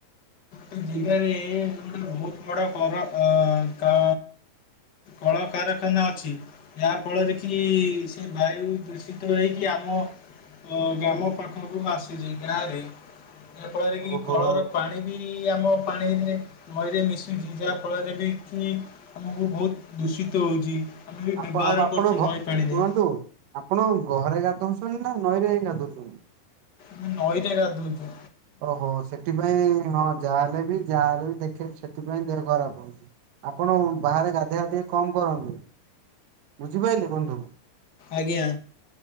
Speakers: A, on the left (about 50°); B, on the right (about 70°).
A: ଗୋଟେ ଜିଲ୍ଲାରେ ଗୋଟେ ବୋହୁତ୍ ବଡ କର ଅ କ କଳକାରଖାନା ଅଛି ଯାହାଫଳରେ କି ସେ ବାୟୁଦୁ ଶୀତ ହେଇକି ଆମ ଗ୍ରାମ ପାଖକୁ ଆସିଚି ଗାଁରେ। ଯା ଫଳରେ କି
B: ଓହୋ।
A: କଳର ପାଣି ବି ଆମ ପାଣିରେ ନଈରେ ମିଶୁଚି ଯାହା ଫଳରେ ବି କି ଆମକୁ ବୋହୁତ୍ ଦୂଷିତ ହୋଉଛି ଆମେ ବି
B: ଆପ
A: ବ୍ୟବହାର
B: ଆପଣ
A: କରୁଛୁ
B: ଘ
A: ନଈ ପାଣିରେ।
B: ଶୁଣନ୍ତୁ ଆପଣ ଘରେ ଗାଧଉଛନ୍ତି ନା ନଈରେ ଯାଇ ଗାଧଉଛନ୍ତି?
A: ମୁଁ ନଇ ରେ ଗାଧଉଛି।
B: ଓହୋ ସେଥିପାଇଁ ହଁ ଯାହାହେଲେ ବି ଯାହାହଲେ ବି ଦେଖେଇ ସେଥିପାଇଁ ଦେହ ଖରାପ୍ ହୋଉଚି। ଆପଣ ବାହାରେ ଗାଧେଇବା ଟିକେ କମ୍ କରନ୍ତୁ ବୁଝିପାଇଲେ ବନ୍ଧୁ?
A: ଆଜ୍ଞା।